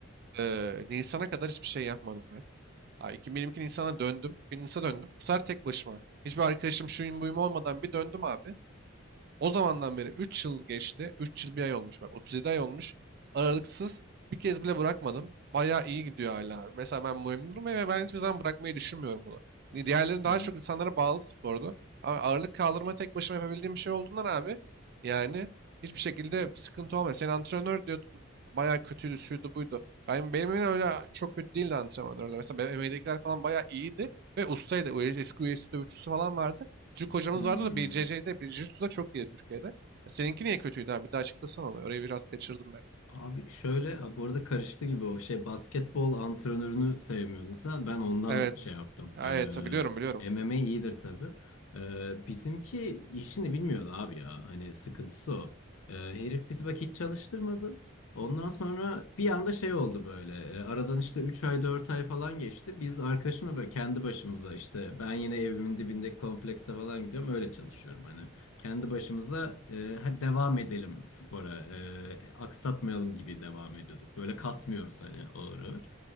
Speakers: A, on the right; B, on the left.
A: eee Nisan'a kadar hiçbir şey yapmadım ben. Ha, 2022 Nisan'a döndüm. Bir Nisan'a döndüm. Bu sefer tek başıma. Hiçbir arkadaşım şuyum buyum olmadan bir döndüm abi. O zamandan beri 3 yıl geçti. üç yıl bir ay olmuş. Bak 37 ay olmuş. Aralıksız bir kez bile bırakmadım. Bayağı iyi gidiyor hala. Mesela ben memnunum ve ben hiçbir zaman bırakmayı düşünmüyorum bunu. Ni- Diğerleri daha
B: hı,
A: çok insanlara bağlı spordu. Ama ağırlık kaldırma tek başıma yapabildiğim bir şey olduğundan abi yani hiçbir şekilde sıkıntı olmuyor. Sen antrenör diyordun bayağı kötüydü, şuydu buydu. Ben, benim yine öyle çok kötü değildi antrenörler. Mesela benim MMA'dekiler falan bayağı iyiydi ve ustaydı. Eski UFC dövüşçüsü falan vardı. Türk hocamız
B: hı
A: vardı da BCC'de, bir Jiu-Jitsu'da çok iyi Türkiye'de. Ya Seninki niye kötüydü abi? Bir daha açıklasana onu. Orayı biraz kaçırdım ben.
B: Abi şöyle a, bu arada karıştı gibi o şey basketbol antrenörünü sevmiyordun sen ben ondan
A: Evet.
B: şey yaptım.
A: Ya Evet ha, biliyorum biliyorum.
B: Ee, MMA iyidir tabii. Ee, bizimki işini bilmiyordu abi ya hani sıkıntısı o. Ee, herif bizi bak hiç çalıştırmadı. Ondan sonra bir anda şey oldu böyle Ee, aradan işte 3 ay 4 ay falan geçti. Biz arkadaşımla böyle kendi başımıza işte ben yine evimin dibindeki komplekse falan gidiyorum öyle çalışıyorum hani kendi başımıza e, hadi devam edelim spora, e, aksatmayalım gibi devam ediyorduk. Böyle kasmıyoruz hani ağır ağır.